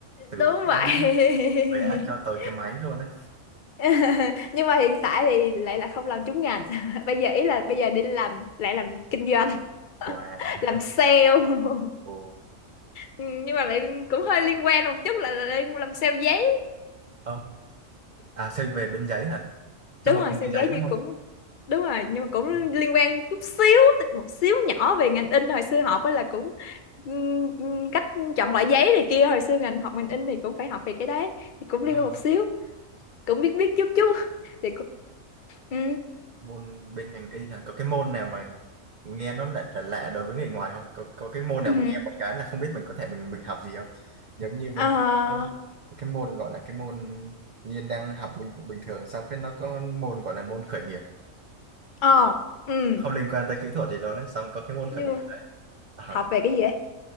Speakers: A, on the right; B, on the left.
A: từ
B: đúng
A: vẽ
B: vậy. <laughs>
A: vẽ cho tới cái máy luôn á
B: <laughs> nhưng mà hiện tại thì lại là không làm trúng ngành <laughs> bây giờ ý là bây giờ đi làm lại làm kinh doanh <laughs>
A: wow
B: làm sale <laughs>
A: ồ
B: Ừ, nhưng mà lại cũng hơi liên quan một chút là, là đang làm sale giấy
A: ờ à xây về bên giấy hả trong
B: đúng
A: một
B: rồi
A: công
B: sale
A: ty giấy
B: giấy thì
A: đúng
B: cũng
A: không
B: đúng rồi nhưng mà cũng
A: Ờ.
B: liên quan chút xíu một xíu nhỏ về ngành in hồi xưa học ấy là cũng ừm, ừm, cách chọn loại giấy này kia hồi xưa ngành học ngành in thì cũng phải học về cái đấy thì cũng
A: Ờ.
B: liên quan một xíu cũng biết biết chút chút <laughs> thì cũng ừ
A: môn bên ngành y là có cái môn nào mà nghe nó lại là lạ đối với người ngoài không có có cái môn nào
B: ừ
A: mà nghe một cái là không biết mình có thể mình mình học gì không giống như bên
B: ờ
A: cái cái môn gọi là cái môn Nhiên đang học bình bình thường xong cái nó có môn gọi là môn khởi nghiệp
B: ờ ừ
A: không liên quan tới kỹ thuật gì đâu đấy xong có cái môn
B: như
A: khởi nghiệp đấy Ờ.
B: học về cái gì ấy